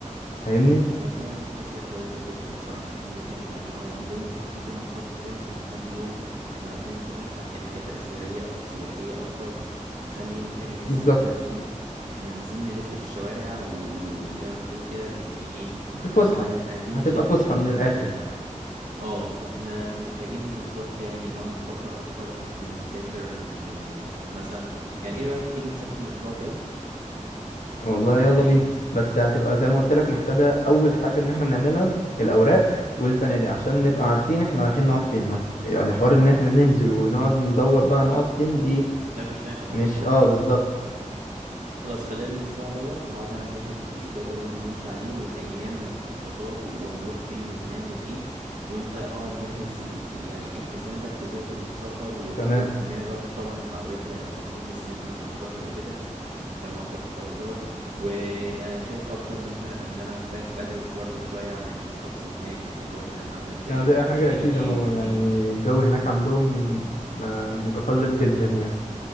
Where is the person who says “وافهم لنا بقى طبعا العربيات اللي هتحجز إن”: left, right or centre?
Right